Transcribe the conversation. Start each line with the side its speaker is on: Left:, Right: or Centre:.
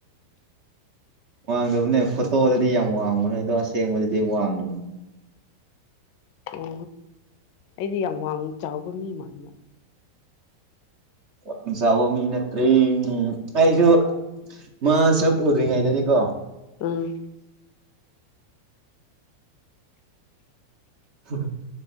Right: ꯋꯥꯡꯗꯕꯅꯦ ꯐꯣꯇꯣꯗꯗꯤ ꯌꯥꯝ ꯋꯥꯡꯕꯅꯦ ꯑꯗꯣ ꯑꯁꯦꯡꯕꯗꯗꯤ ꯋꯥꯡꯗꯕꯅꯦ
Left: ꯎ ꯑꯩꯗꯤ ꯌꯥꯝ ꯋꯥꯡ ꯆꯥꯎꯕ ꯃꯤ ꯃꯥꯟꯕ
Right: ꯋꯥꯡ ꯆꯥꯎꯕ ꯃꯤ ꯅꯠꯇꯔꯦ ꯑꯩꯁꯨ ꯃꯥ ꯁꯛ ꯎꯗ꯭ꯔꯤꯉꯩꯗꯗꯤ ꯀꯣ
Left: ꯑꯝ
Right: ꯍꯍ